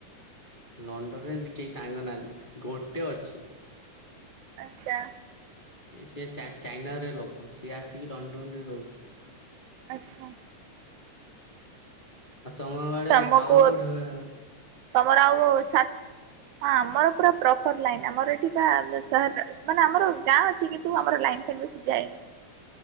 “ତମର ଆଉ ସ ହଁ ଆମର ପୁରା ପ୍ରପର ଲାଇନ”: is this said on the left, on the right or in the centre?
Right